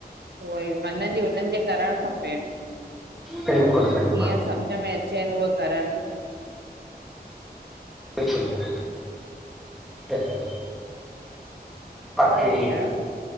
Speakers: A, on the right; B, in the centre.
A: उहे मन जी उननि जे करणु खपे।
B: बिल्कुलु बिल्कुलु
A: जीअं सम्झ में अचेनि हूअ करन।
B: बिलकुलु, बिलकुलु सही <unintelligible> बाक़ी
A: ॿियो ॿुधायो?